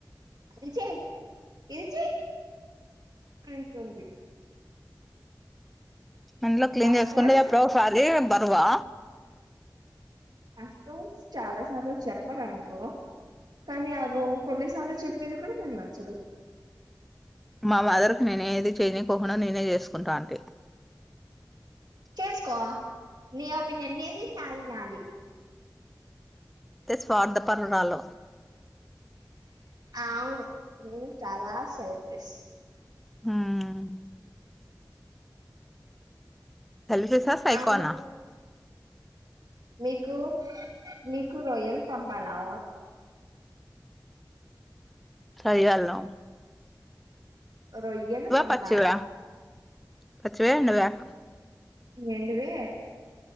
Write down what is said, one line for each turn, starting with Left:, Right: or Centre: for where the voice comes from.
Right: అది చెయ్ ఇది చెయ్ అంటుంది
Centre: అంట్లో క్లీన్
Right: అఫ్
Centre: చేసుకుంటే
Right: కోర్స్
Centre: ఎప్పుడో అదే బరువా
Right: అఫ్ కోర్స్ చాలా సార్లు చెప్పారనుకో కానీ ఆగో కొన్ని సార్లు చెప్పేది కూడా నాకు నచ్చదు
Centre: మా మదర్కు నేనే ఏది చేయనికోహడాో నేనే చేసుకుంటా అంటే
Right: చేసుకో నీ ఒపీనియన్ నీది నాది నాది
Centre: త స్వార్థ పారురాలో
Right: అవును నేను చాలా షెల్ఫిష్
Centre: హ్మ్మ్ సెల్ఫిష్ ఆ సైకో
Right: అవును
Centre: నా
Right: మీకు మీకు రొయల్ పంపాలా
Centre: సహగాల్ <unintelligible>
Right: రొయ్యలు పంపాలా
Centre: పచ్చివా పచ్చివే అండి అవి
Right: ఎండువే